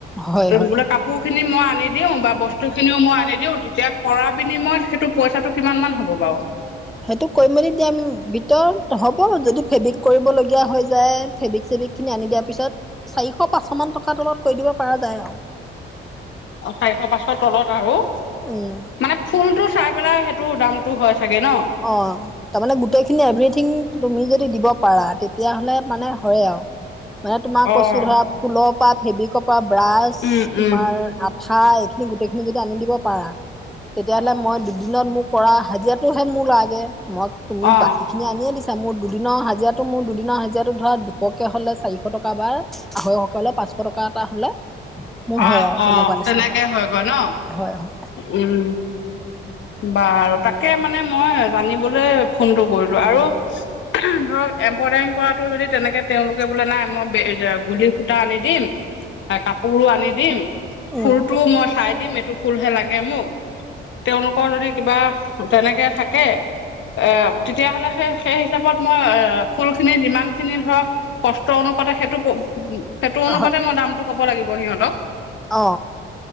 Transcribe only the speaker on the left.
বোলে কাপোৰ খিনি যদি মই আনি দিওঁ বা বস্তুখিনিও মই আনি দিওঁ তেতিয়া কৰাইপিনে মই সেটো পইচা টো কিমান মান হ'ব বাৰু
অ চাৰিশ পাঁচশ তলত আৰু
মানে ফুলটো চাই পেলাই সেইটো দামতটো হয় চাগে ন
অ',
উম,
উম,
অ',
অ',
অ
অ
তেনেকে
হৈ গল ন
উম বাৰু তাক তাকে মানে মই জানিবলৈ ফোনটো কৰিলো আৰু ধৰক এমব্ৰইডাৰিং কৰাটো যদি তেনেকে তেওঁলোকে বোলে নাই মই গুলুলি সূতা আনি দিম পুৰো আনি দিম
ফুলটোও মই চাই দিম এইটো ফুলহে‌ লাগে মোক তেওঁৰ লোকৰ যদি কিবা তেনেকে থাকে এ তেতিয়া হ'লে সেই সেই হিচাপত মই ফুলখিনি যিমানখিনি ধৰক কষ ত অনুপাতে সেইটো সেইটো অনুপাতে
মই দামটো ক'ব লাগি ব সিহঁতক